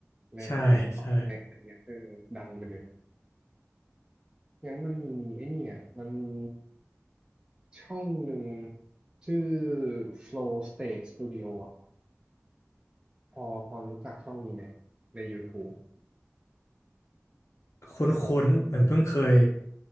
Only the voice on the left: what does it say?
ใช่ใช่
คุ้นๆเหมือนเพิ่งเคย